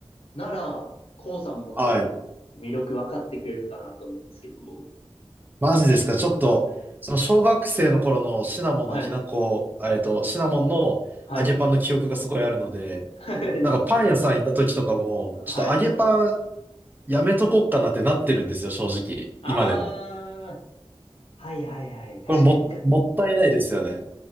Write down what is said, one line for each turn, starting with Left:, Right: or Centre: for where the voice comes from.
Left: なら、コウさんも多分、
Right: はい。
Left: 魅力分かってくれるかなと思うんですけども。
Right: マジですか、ちょっと、その小学生の頃のシナモンのきなこ、
Left: はい、
Right: えっと、シナモンの揚げパンの記憶がすごいあるので、
Left: はい、<laughs> はい、
Right: なんかパン屋さん行った時とかも、
Left: はい。
Right: ちょっと揚げパンやめとこっかなってなってるんですよ、正直。
Left: ああ、
Right: 今でも。
Left: はいはいはい。確かに、
Right: これも、
Left: むか、
Right: もったいないですよね。